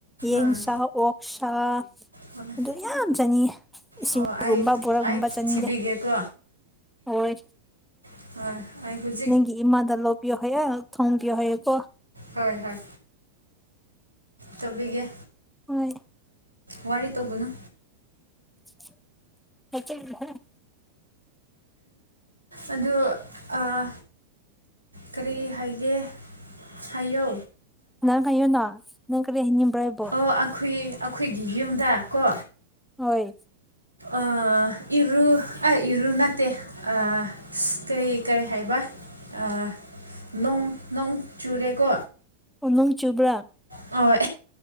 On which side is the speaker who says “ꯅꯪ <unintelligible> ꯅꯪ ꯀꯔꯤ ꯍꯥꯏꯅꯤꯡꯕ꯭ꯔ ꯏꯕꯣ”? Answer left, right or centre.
Centre